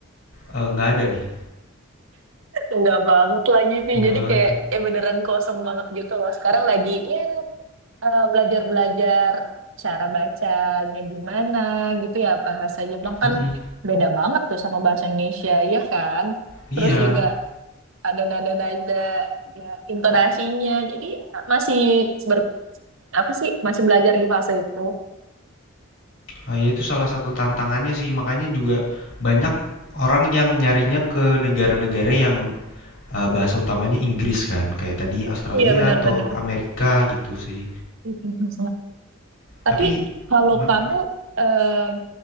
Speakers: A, on the left (about 65°); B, on the right (about 65°).
A: eh, nggak uh, ada nih?
B: Enggak banget lagi sih,
A: Nggak
B: jadi
A: banget
B: kayak
A: ya.
B: ya beneran kosong banget gitu loh. Sekarang lagi ya eh, belajar-belajar cara bacanya gimana gitu ya bahasa Jepang
A: Mm-mm.
B: kan beda banget tuh sama bahasa Indonesia ya kan.
A: Iya,
B: Terus juga ada nada-nada ya, intonasinya jadi ya, masih ber, apa sih masih belajar di fase itu
A: Ah, ya itu salah satu tantangannya sih, makanya juga banyak orang yang nyarinya ke negara-negara yang eh, bahasa utamanya Inggris kan, kayak tadi Australia
B: iya benar-benar
A: atau ke Amerika gitu sih.
B: <laughs> tapi
A: Tapi,
B: kalau
A: me-
B: kamu em,